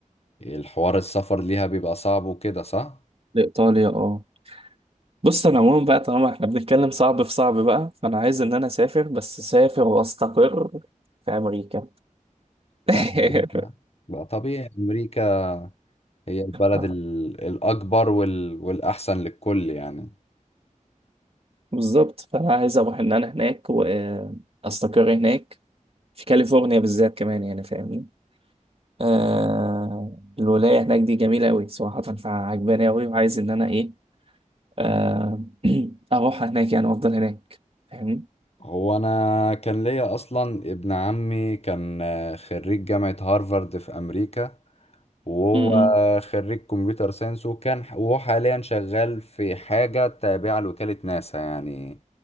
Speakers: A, on the left; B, on the right.
A: الحوار السفر ليها بيبقى صعب وكده صح
B: لإيطاليا اه بص انا عموما بقى طالما احنا بنتكلم صعب في صعب بقى فانا عايز ان انا اسافر بس اسافر واستقر في امريكا <laughs>
A: في امريكا لا طبيعي امريكا هي البلد
B: اه
A: ال- الأكبر وال... والأحسن للكل يعني
B: بالظبط فانا عايز اروح ان انا هناك واستقر هناك في كاليفورنيا بالذات كمان يعني فاهمني آه الولايه هناك دي جميله قوي صراحه فعجباني قوي وعايز ان انا ايه آه <clears throat> اروح هناك يعني افضل هناك فاهمني
A: هو أنا كان ليا أصلا ابن عمي كان آه، خريج جامعة هارفارد في أمريكا وهو
B: م- م-
A: خريج كمبيوتر ساينس وكان وهو حاليا شغال في حاجة تابعة لوكالة ناسا يعني